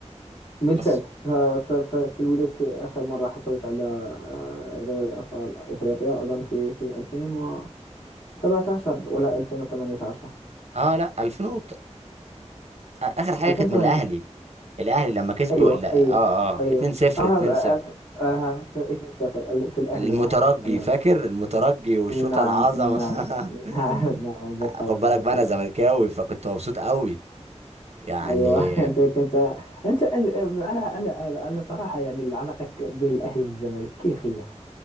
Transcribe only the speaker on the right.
بس
اه لا 2000 وت- آه، اخر حاجه
كانت من الاهلي الاهلي لما كسبوا
لا
اه اه
2-0
2-0
المترجي
فاكر المترجي والشوطه
العظمه
<laughs>
خد بالك
بقى انا زملكاوي فكنت مبسوط قوي يعني